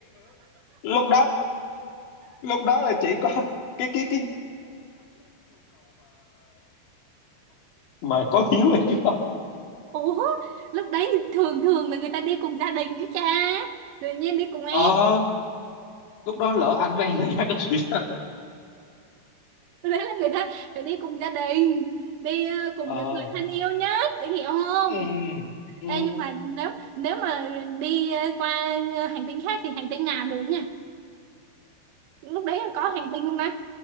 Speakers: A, on the left; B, on the right.
A: lúc lúc đó cái cái mà có Hiếu em biết không
B: ủa lúc đấy thường thường là người ta đi cùng gia đình cái cha tự nhiên đi cùng em
A: ờ lúc đó lỡ anh với em là gia đình thì sao
B: <laughs> lúc đấy là người ta phải đi cùng gia đình đi ờ, cùng
A: ờ
B: những người thân yêu nhất để hiểu không
A: ừ ừ
B: Ê, nhưng mà nếu nếu mà đi ờ, qua ờ, hành tinh khác thì hành tinh nào được nha lúc đấy là có hành tinh không ta